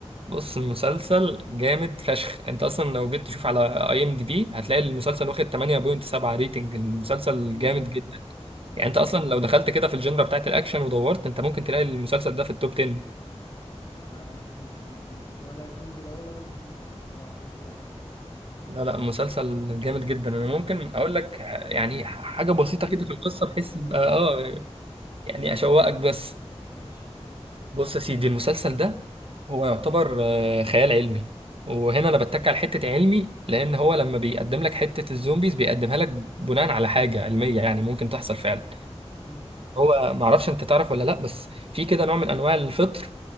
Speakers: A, on the right (about 55°); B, on the left (about 35°).
A: بص المسلسل جامد فشخ انت اصلا لو جيت تشوف على اي ام دي بي هتلاقي المسلسل واخد 8.7 ريتنج المسلسل
B: اوه
A: جامد جدا
B: اوه
A: يعني انت اصلا لو دخلت كده في الجنرا بتاعت الاكشن ودورت انت ممكن تلاقي المسلسل ده في التوب 10
B: انا ما شفتوش عامة ولا الجزء الاول ولا الجزء التاني الصراحة مش هكدب عليك
A: لا لا مسلسل جامد جدا انا ممكن اقول لك يعني حاجه
B: اه
A: بسيطه
B: بريف
A: كده في
B: كده
A: القصه بحيث
B: اديني
A: يبقى
B: بريف
A: اه يعني اشوقك بس
B: ماشي
A: بص يا سيدي المسلسل ده هو يعتبر آه، خيال علمي وهنا انا بتك على حته علمي لان هو لما بيقدم لك حته الزومبيز بيقدمها لك بناء على حاجه علميه يعني ممكن تحصل فعلا
B: مم.
A: هو معرفش انت تعرف ولا لا بس في كده نوع من انواع الفطر